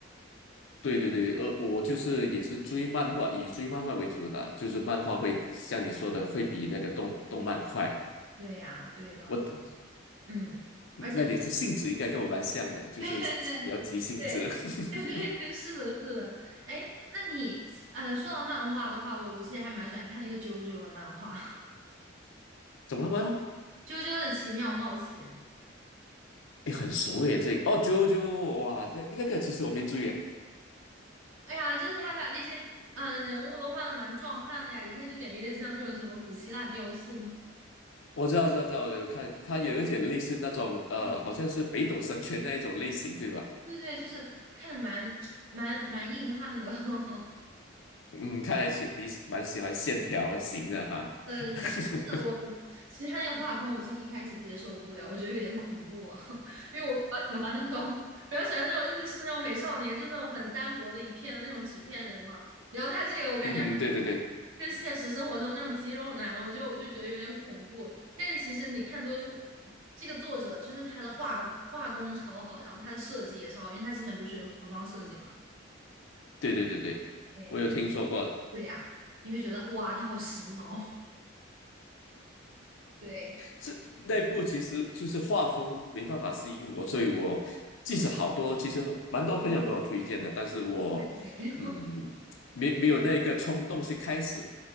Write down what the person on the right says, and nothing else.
对对呀，对的。
嗯，而且
<laughs> 对对对对对对对，
是的，是的。哎，那你呃，说到漫画的话，我我其实还蛮喜欢看那个啾啾的漫画，<laughs>
《啾啾的奇妙冒险》。
哎呀，就是他把那些嗯、呃人物都画的蛮壮汉的呀，一看就感觉有点像那种什么古希腊雕塑。
对
对
对对，就是看着蛮 <tsk> 蛮蛮硬汉的。<laughs>
呃，
也不是我我，其实他那个画风我是一开始接受不了，我觉得有点恐怖哦，<laughs> 因为我比较喜欢那种比较喜欢那种日式那种美少年，就那种很单薄的一片的那种纸片人嘛。然后他这个我感觉
跟现实生活中那种肌肉男，我就我就觉得有点恐怖。但是其实你看多就会发现这个作者就是他的画画工超好，然后他的设计也超好，因为他之前不是学服装设计嘛，
对，
你就对呀、你会觉得哇，他好时髦，对
啊，
对。